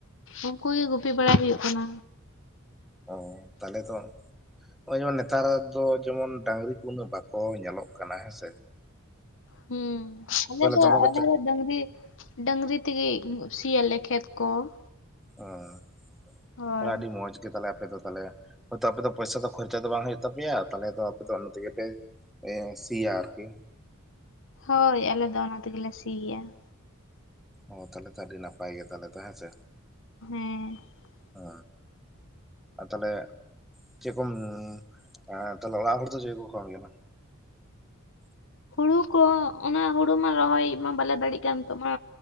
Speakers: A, on the left; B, in the centre.
A: ᱩᱱᱠᱩ ᱜᱮ ᱜᱩᱯᱤ ᱵᱟᱲᱟᱭ ᱦᱩᱭᱩᱜ ᱠᱟᱱᱟ᱾
B: ᱚ, ᱛᱟᱞᱦᱮ ᱫᱚ ᱱᱚᱜ-ᱚᱭ ᱡᱮᱢᱚᱱ ᱱᱮᱛᱟᱨ ᱫᱚ ᱛᱚ ᱡᱮᱢᱚᱱ ᱰᱟᱹᱝᱨᱤ ᱠᱚ ᱩᱱᱟᱹᱜ ᱵᱟᱠᱚ ᱧᱮᱞᱚᱜ ᱠᱟᱱᱟ ᱦᱮᱸ ᱥᱮ ᱾
A: ᱦᱩᱸ ᱟᱞᱮ ᱫᱚ
B: ᱫᱚᱢᱮ ᱠᱚ
A: ᱟᱞᱮ
B: ᱪᱟ
A: ᱫᱚ ᱰᱟᱹᱝᱨᱤ ᱰᱟᱹᱝᱨᱤ ᱛᱮᱜᱤ ᱥᱤᱭᱟᱞᱮ ᱠᱷᱮᱛ ᱠᱚ ᱾
B: ᱚ <inaudible>
A: ᱦᱳᱭ
B: ᱛᱟᱦᱞᱮ ᱟᱰᱤ ᱢᱚᱡᱽ ᱜᱮ ᱛᱟᱦᱚᱞᱮ ᱟᱯ ᱟᱯᱮ ᱫᱚ ᱛᱟᱦᱚᱞᱮ ᱦᱚᱭᱛᱳ ᱟᱯᱮ ᱫᱚ ᱯᱚᱭᱥᱟ ᱫᱚ ᱠᱷᱚᱨᱪᱟ ᱫᱚ ᱵᱟᱝ ᱦᱩᱭᱩᱜ ᱛᱟᱯᱮᱭᱟ, ᱛᱟᱦᱚᱞᱮ ᱫᱚ ᱟᱯᱮ ᱫᱚ ᱚᱱᱟ ᱛᱮᱜᱮ ᱯᱮ ᱮᱸ ᱥᱤᱭᱟ ᱟᱨ ᱠᱤ ᱾
A: ᱦᱳᱭ ᱟᱞᱮ ᱫᱚ ᱚᱱᱟ ᱛᱮᱜᱮᱞᱮ ᱥᱤᱭᱟ ᱾
B: ᱚ ᱛᱟᱦᱚᱞᱮ ᱛᱚ ᱟᱹᱰᱤ ᱱᱟᱯᱟᱭ ᱜᱮ ᱛᱟᱦᱚᱞᱮ ᱛᱚ ᱦᱮᱸᱥᱮ ᱾
A: ᱦᱮᱸ ᱾
B: ᱚ ᱟᱨ ᱛᱟᱦᱚᱞᱮ ᱪᱮᱠᱚᱢ ᱮᱸ ᱛᱟᱦᱚᱞᱮ ᱚᱲᱟᱜ ᱦᱚᱲ ᱫᱚ ᱪᱮᱫ ᱠᱚ ᱠᱟᱹᱢᱤ ᱠᱟᱱᱟ? <inaudible>
A: ᱦᱩᱲᱩ ᱠᱚ ᱚᱱᱟ ᱦᱩᱲᱩ ᱢᱟ ᱨᱚᱦᱚᱭ ᱢᱟ ᱵᱟᱞᱮ ᱫᱟᱲᱮᱜ ᱠᱟᱱ ᱱᱤᱛᱚᱜ ᱢᱟ